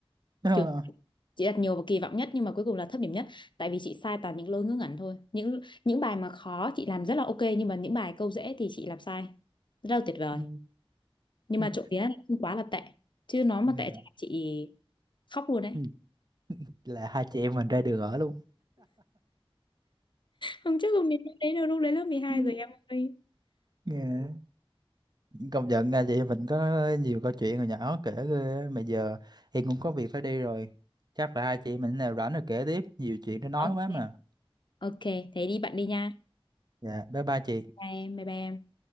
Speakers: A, on the right; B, on the left.
A: Ờ.
B: Kiểu chị đặt nhiều và kỳ vọng nhất nhưng mà cuối cùng là thấp điểm nhất tại vì chị sai toàn những lỗi ngớ ngẩn thôi những những bài mà khó chị làm rất là ok nhưng mà những bài câu dễ thì chị làm sai rất là tuyệt vời
A: Ừ.
B: nhưng
A: Ừ.
B: mà trộm vía là không quá là tệ chứ nó mà
A: Dạ.
B: tệ chắc là chị khóc luôn đấy
A: Ừ. là hai chị em mình ra đường ở luôn
B: Không chắc không đến lúc đấy đâu, lúc đấy lớp mười hai
A: Ừ.
B: rồi em ơi.
A: Dạ. công nhận nha chị em mình có nhiều câu chuyện hồi nhỏ kể ghê á. mà giờ em cũng có việc phải đi rồi chắc là hai chị em mình nào rảnh rồi kể tiếp nhiều chuyện để nói
B: ok
A: quá mà
B: ok thế đi bạn đi nha
A: Dạ, bye bye chị.
B: bye em bye bye em